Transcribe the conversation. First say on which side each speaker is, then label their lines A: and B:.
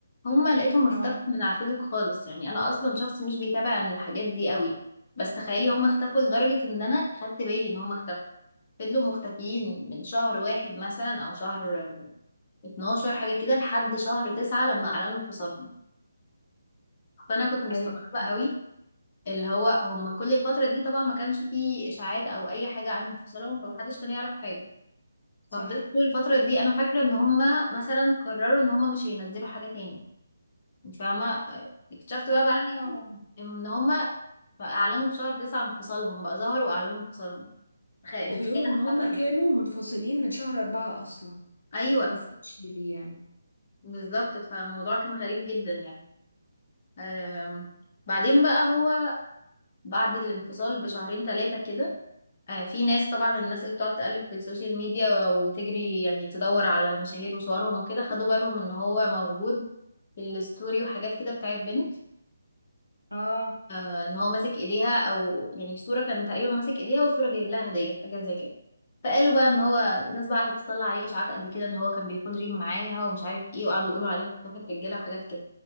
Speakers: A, on the left (about 35°); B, on the left (about 80°).
A: هما لقيتهم اختفوا
B: اه
A: من على الفيسبوك خالص يعني انا اصلا شخص مش بيتابع عن الحاجات دي قوي بس تخيلي هما اختفوا لدرجه ان انا خدت بالي ان هما اختفوا فضلوا مختفيين من شهر واحد مثلا او شهر 12 حاجة كده لحد شهر تسعة لما أعلنوا انفصالهم فأنا كنت مستغربة
B: ايوه فهماكي
A: قوي اللي هو هم كل الفترة دي طبعا ما كانش فيه إشاعات أو أي حاجة عن انفصالهم فمحدش كان يعرف حاجة
B: صح
A: ففضلت طول الفترة دي أنا فاكرة إن هم مثلا قرروا إن هم مش هينزلوا حاجة تاني أنت فاهمة اكتشفت بقى
B: اه
A: بعد إن هم أعلنوا في شهر تسعة انفصالهم بقى ظهروا وأعلنوا انفصالهم تخيل
B: وبيقولوا
A: تخيل
B: ان هم
A: قعدوا قد
B: كانوا
A: إيه
B: منفصلين من شهر أربعة اصلا
A: أيوه
B: وفي ليه يعني
A: بالظبط فالموضوع كان غريب جدا يعني أم. بعدين بقى هو بعد الانفصال بشهرين ثلاثة كده آه، في ناس طبعا الناس اللي بتقعد تألف في السوشيال ميديا وتجري يعني تدور على المشاهير وصورهم وكده خدوا بالهم ان هو موجود في الستوري وحاجات كده بتاعت بنت
B: اه
A: آه، ان هو ماسك ايديها او يعني صورة كان تقريبا ماسك ايديها وصورة جايب لها هدية حاجة زي كده فقالوا بقى ان هو الناس بقى قعدت تطلع عليه اشاعات قد كده ان هو كان بيكون ريم معاها ومش عارف ايه وقعدوا يقولوا عليها خطافة رجالة وحاجات كده